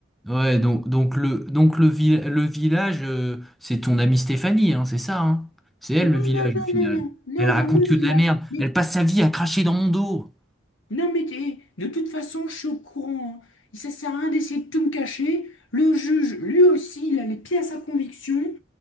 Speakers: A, in the centre; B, on the left (about 70°).
A: Ouais, donc, donc le, donc le, vil- le village, euh, c'est ton amie Stéphanie, hein, c'est ça, hein. C'est elle
B: Non,
A: le village
B: non, non,
A: au final.
B: non, non, non,
A: Elle raconte
B: non, le
A: que
B: village.
A: de la merde.
B: Mais,
A: Elle passe sa vie à cracher dans mon dos.
B: non, mais t'es- de toute façon, je suis au courant. hein. Ça sert à rien d'essayer de tout me cacher. Le juge, lui aussi, il a les pieds à sa conviction.